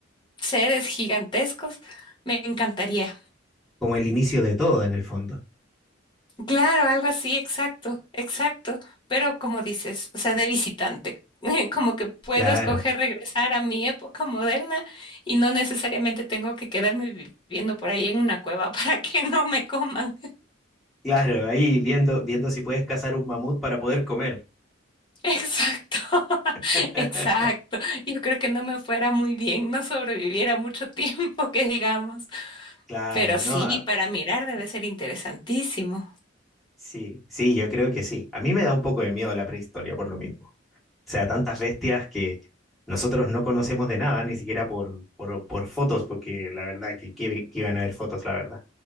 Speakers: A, on the left; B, in the centre.
A: seres gigantescos. Me encantaría.
B: como el inicio de todo en el fondo.
A: Claro, algo así, exacto, exacto. Pero como dices, o sea, de visitante, <laughs> como que puedo
B: Claro,
A: escoger regresar a mi época moderna y no necesariamente tengo que quedarme viviendo por ahí en una cueva <laughs> para que no me coman.
B: claro, ahí viendo, viendo si puedes cazar un mamut para poder comer.
A: <laughs> Exacto, <laughs>
B: <laughs>
A: exacto. Yo creo que no me fuera muy bien, no sobreviviera mucho <laughs> tiempo, que digamos.
B: Claro,
A: Pero sí,
B: no, a-
A: para mirar debe ser interesantísimo.
B: sí, sí, yo creo que sí. A mí me da un poco de miedo la prehistoria por lo mismo. O sea, tantas bestias que nosotros no conocemos de nada, ni siquiera por, por, por fotos, porque la verdad que, que, que iban a haber fotos, la verdad.